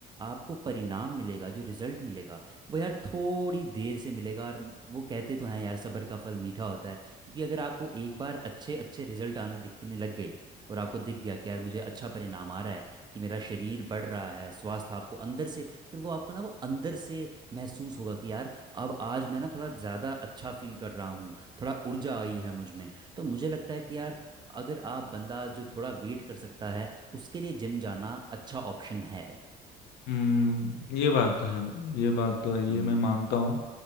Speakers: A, on the right (about 25°); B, on the left (about 80°).
A: आपको परिणाम मिलेगा जो रिजल्ट मिलेगा वो यार थोड़ी देर से मिलेगा और वो कहते तो हैं यार सब्र का फल मीठा होता है क्योंकि अगर आपको एक बार अच्छे अच्छे रिजल्ट आने दिखने लग गए और आपको दिख गया कि यार मुझे अच्छा परिणाम आ रहा है कि मेरा शरीर बढ़ रहा है स्वास्थ्य आपको अंदर से फिर वो आपको ना वो अंदर से महसूस होगा कि यार अब आज मैं ना थोड़ा ज़्यादा अच्छा फील कर रहा हूँ थोड़ा ऊर्जा आई है मुझ में तो मुझे लगता है कि यार अगर आप बंदा जो थोड़ा वेट कर सकता है उसके लिए जिम जाना अच्छा ऑप्शन है
B: हम्म ये बात तो है भाई ये बात तो है ये
A: हम्म
B: मैं मानता हूँ